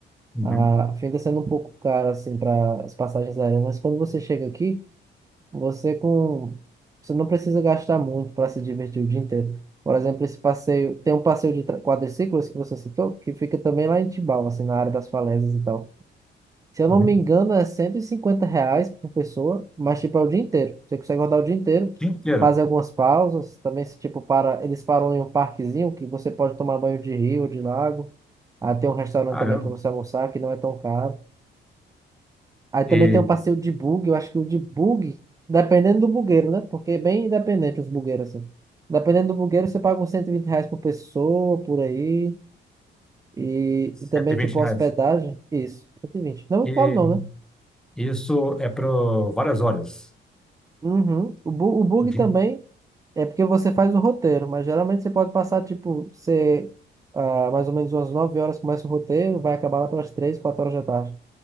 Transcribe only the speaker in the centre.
uhum,
uhum.
Dia inteiro.
Caramba.
E
cento
e
vinte
reais.
E
isso é para várias horas.
O que-